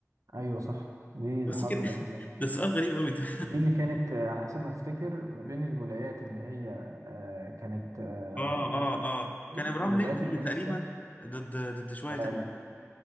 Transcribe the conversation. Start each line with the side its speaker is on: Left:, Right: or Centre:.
Right: ايوه صح دي الحرب
Left: بس كده
Right: الاهليه
Left: <laughs> ده سؤال غريب قوي ده <laughs>
Right: دي اللي كانت آه، على حسب ما افتكر ما بين الولايات اللي هي آه، كانت آه،
Left: اه
Right: ضد
Left: اه اه
Right: العبودية
Left: كان ابراهام
Right: والولايات
Left: لينكولن
Right: اللي لسه
Left: تقريبا ضد ضد شوية تانيين
Right: آه،